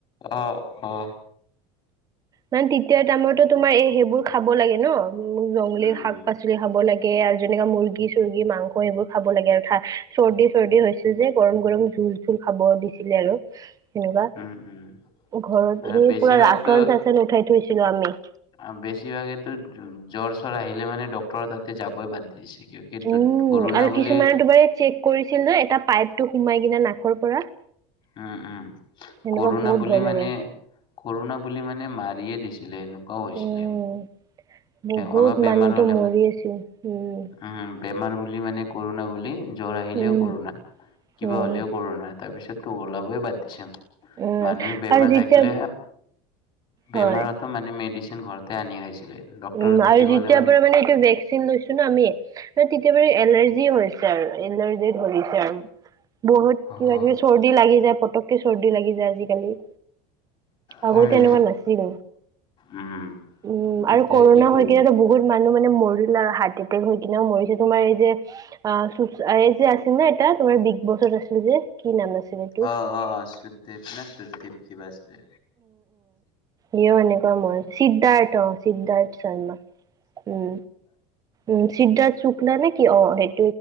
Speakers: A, on the left (about 30°); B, on the right (about 20°).
A: অ অ।
B: মানে তেতিয়া টাইমতো তোমাৰ এই সেইবোৰ খাব লাগে ন উ জংগলীৰ
A: উম,
B: শাক পাচ, পাচলি খাব লাগে আৰু যেনেকা মুৰ্গী চৰ্গী মাংস সেইবোৰ খাব লাগে অৰ্থাৎ চৰ্দি চৰ্দি হৈ চুজে যে গৰম গৰম জোল চোল খাব দিছিলে আৰু সনেকুৱা
A: উম, উম,
B: ঘৰত
A: আৰু
B: সেই
A: বেছিভাগতো
B: পুৰা ৰাচন চাচন উঠাই থৈছিলো আমি।
A: আ বেছিভাগে তো জ জ্বৰ চ্বৰ আহিলে মানে ডক্টৰ তাতে যাবই বাদ দি দিছে কিয়। হিদুত
B: উম
A: কৰোণা
B: আৰু
A: বুলি।
B: কিছুমানে তোমাৰ এই চেক কৰিছিল যে এটা পাইপটো সোমাই কিনে নাকৰ পৰা।
A: উম উম
B: সেনেকুৱা
A: কৰোণা
B: বহুত
A: বুলি
B: ভয় লাগে
A: মানে কৰোণা বুলি মানে মাৰিয়ে দিছে। আছিলে এনেকুৱা হৈছিলে।
B: উম বহুত
A: অলপ বেমাৰ
B: মানুহতো
A: হ'লে মানে
B: মৰি আছিল উম।
A: উম বেমাৰ বুলি মানে কৰোণা বুলি জ্বৰ আহিলেও
B: উম
A: কৰোণা। কিবা
B: উম
A: হ'লেও কৰোনা তাৰপিছত তোক ওলাবই বাদ দিছাম।
B: উম
A: মানুহে বেমাৰ
B: আৰু যেতিয়া
A: থাকিলে বেমাৰত
B: হয়
A: মানে মেডিচিন ঘৰতে আনি খাইছিলে। ডক্টৰৰ
B: উম
A: তাতে
B: আৰু যেতিয়াৰ
A: গ'লে
B: পৰা মানে এইটো ভেকচিন লৈছো ন আমি, তেতিয়া বাৰ এলাৰ্জি হৈছে আৰু এলাৰ্জি ধৰিছে আৰু বহুত
A: হয়
B: কিবা কিবি চৰ্দি লাগি যায় পটকে চৰ্দি লাগি যায় আজিকালি।
A: হয়
B: আগতে এনেকুৱা নাছিল
A: উম
B: উম আৰু
A: এতিয়া
B: কৰোণা
A: কি কৰিব।
B: হৈ কিনেতো বহুত মানুহ মানে মৰিল আৰু হাতী হৈ কিনেও মৰিছে তোমাৰ এই যে আহ চো এই যে আছিল না এটা। তোমাৰ বিগ বছত আছিলে যে। কি নাম আছিল। এইটো
A: অ অ সুদ্বপ নে সুদীপ কিবা আছিলে।
B: হিও এনেকোৱা মৰে সিদ্ধাৰ্থ অ সিদ্ধাৰ্থ শৰ্মা উম, উম সিদ্ধাৰ্থ চুকলা নে কি অ সেই,